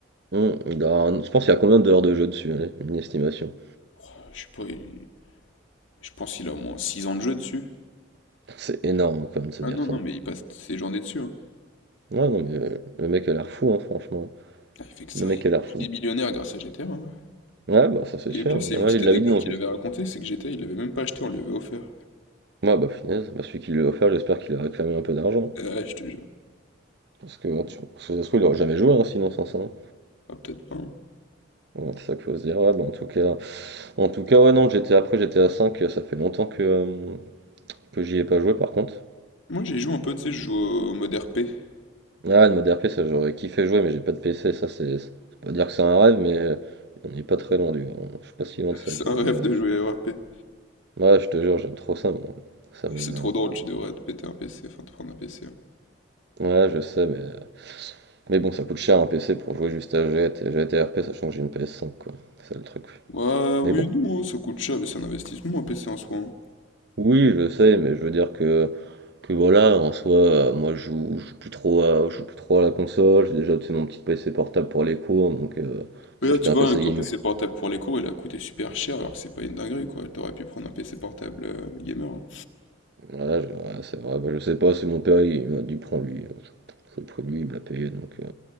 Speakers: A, on the right; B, on the left.
A: Hum, il a un- Je pense qu'il y a combien d'heures de jeu dessus, allez, une estimation.
B: Oh, je sais pas, il- je pense qu'il a au moins 6 ans de jeu dessus.
A: C'est énorme quand même de se
B: Ah
A: dire
B: non,
A: ça.
B: non, mais il passe ses journées dessus. hein.
A: Ouais, non, mais euh, le mec a l'air fou, hein, franchement.
B: Ah, il fait que ça,
A: Le mec
B: il
A: a l'air fou.
B: il est millionnaire grâce à GTA. hein.
A: Ouais, bah ça c'est
B: Et
A: sûr.
B: le pire, c'est une
A: Ouais,
B: petite
A: il
B: anecdote
A: l'avait dit dans
B: qu'il
A: une.
B: avait racontée, c'est que GTA, il l'avait même pas acheté, on lui avait offert.
A: Ouais, bah finesse. Bah, celui qui lui a offert, j'espère qu'il a réclamé un peu d'argent.
B: Ah, ouais, je te jure.
A: Parce que, ouais, tu- parce que ça se trouve, il aurait jamais joué, hein, sinon sans ça. hein.
B: Ah, peut-être pas. hein.
A: Ouais, c'est ça qu'il faut se dire. Ouais, bah, en tout cas, en tout cas, ouais, non, j'étais après, j'étais à cinq ça fait longtemps que, euh, que j'y ai pas joué par contre.
B: Moi, j'y joue un peu, tu sais, je joue au mode RP. <laughs>
A: Ah, une mode RP, ça j'aurais kiffé jouer, mais j'ai pas de PC, ça c'est. c'est pas dire que c'est un rêve, mais euh, on n'est pas très loin du. Je suis pas si loin de ça
B: C'est
A: que
B: un
A: du
B: rêve
A: rêve.
B: de jouer à RP.
A: Ouais, je te jure, j'aime trop ça, moi. Ça me.
B: C'est trop drôle, tu devrais te péter un PC, enfin te prendre un PC. hein.
A: Ouais, je sais, mais, euh, mais bon, ça coûte cher un PC pour jouer juste à GT, GTRP, sachant que j'ai une PS5, quoi. C'est ça, le truc.
B: Ouais,
A: Mais
B: oui,
A: bon.
B: non, hein, ça coûte cher, mais c'est un investissement, un PC en soi. hein.
A: Oui, je sais, mais je veux dire que, que voilà, en soi, euh, moi, je joue, je joue plus trop à, je joue plus trop à la console. J'ai déjà, tu sais, mon petit PC portable pour les cours, donc euh,
B: Mais
A: m'acheter
B: là, tu
A: un
B: vois,
A: PC
B: avec ton
A: gaming.
B: PC
A: je-
B: portable pour les cours, il a coûté super cher, alors que c'est pas une dinguerie, quoi. T'aurais pu prendre un PC portable euh, gamer. hein.
A: Voilà, je- ouais, c'est vrai, bah, je sais pas, c'est mon père, il m'a dit, prends lui. euh, Je, je le prends lui, il me l'a payé, donc euh,